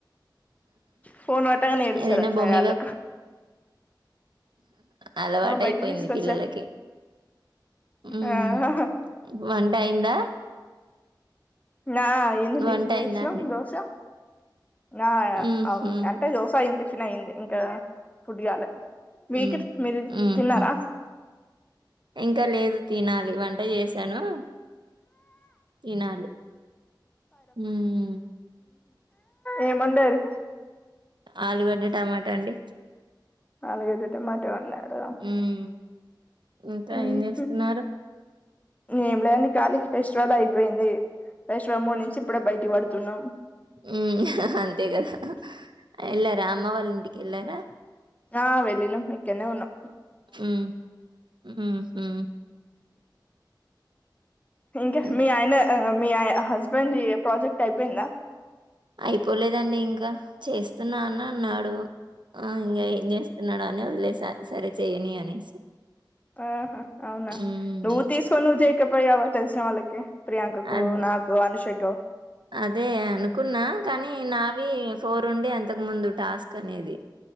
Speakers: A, on the left; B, on the right.
A: ఫోన్ పట్టగానే ఏడుస్తారు
B: ఏదైనా
A: అట్లగాళ్ళు
B: బొమ్మ అలవాటైపోయింది
A: బయటికి తీసుకొచ్చా
B: పిల్లలకి మ్
A: ఆ
B: వంట అయిందా
A: నా అయింది
B: వంట
A: టిఫిన్ జేశినం
B: అయిందా అండి
A: దోశ నా
B: మ్మ్
A: అవు అంటే దోసా <unintelligible> టిఫిన్ అయింది ఇంకా ఫుడ్ గాలే మీకు
B: మ్మ్
A: మీరు
B: మ్మ్
A: తిన్నారా
B: ఇంకా లేదు తినాలి వంట చేసాను తినాలి హు మ్మ్
A: ఏమోండారు
B: ఆలుగడ్డ టమాటా అండి
A: ఆలుగడ్డ టమాట వండరా
B: మ్మ్ ఇంకా
A: మ్
B: ఏం చేస్తున్నారు
A: హు ఏమిలేదండి ఖాళీ ఫెస్టివల్ అయిపోయింది ఫెస్టివల్ మూడ్ నుంచి ఇప్పుడే బయటిక్ పడుతున్నాం
B: మ్ అంతే గదా ఎళ్లారా అమ్మ వాళ్ళ ఇంటికేళ్లారా
A: ఆ వెళ్ళినం ఇక్కన్నే ఉన్నం
B: మ్ మ్ హు
A: ఇంక
B: హ్మ్.
A: మీ ఆయన అ అ మీ ఆయ్ హస్బెండ్ ది ప్రాజెక్ట్ అయిపోయిందా
B: అయిపోలేదండి ఇంకా చేస్తున్నా అన అన్నాడు ఆ ఇంగ ఏం చేస్తున్నాడని వదిలేస సరే చెయ్యని అనేసి
A: ఆహా అవునా
B: హ్మ్.
A: నువ్వు తీసుకొని నువ్వు చేయకపోయావా తెలిసిన వాళ్ళకి ప్రియాంకకు
B: అ ద్
A: నాకు అనుషకు
B: అదే అనుకున్నా కానీ నావి ఫోర్ డుండే అంతకు ముందు టాస్క్ అనేది